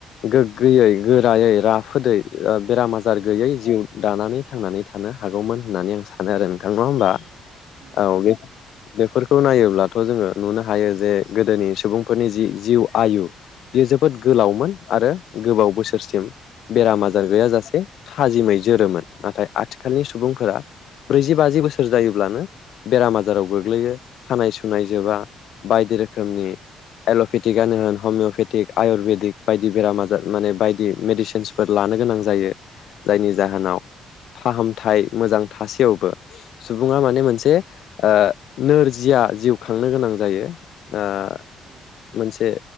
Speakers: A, on the left (about 75°); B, on the right (about 65°).
A: गोग्गोयै गोरायै राफोदै बेराम आजार
B: औ
A: गैयै जिउ दानानै थांनानै थ थानो हागौमोन होननानै आं सानो आरो नों थां नङा होमबा
B: नंगौ नंगौ
A: औ
B: नंगौ
A: बे
B: नोंथां नंगौ
A: बेफोरखौ खौ नायोब्लाथ' जोङो नुनो हायो जे गोदोनि सुबुंफोरनि जि जिउ आयु बियो जोबोद गोलावमोन
B: औ
A: आरो गोबाव बोसोरसिम बेराम आजार
B: नंगौ
A: गैयाा जासे थाजिमै जोरोमोन नाथाय आथिखालनि सुबुंफोरा ब्रैजि बाजि बोसोर जायोब्लानो बेराम आजाराव गोग्लैयो। सानाय सुनाय जोबा
B: औ
A: बायदि रोखोमनि
B: नंगौ
A: एल पेटिकनो होन हमिय'पेटिक आयुरवेदिक बायदि बेराम आजार माने बायदि मेडिसिनसफोर लानो गोनां जायो। जायनि जाहोनाव
B: नंगौ
A: फाहामथाय मोजां थासेयावबो सु सुबुङा माने मोनसे
B: औ
A: ओ नोर जिया जिउ खांनो गोनां जायो । ओ
B: औ
A: मोनसे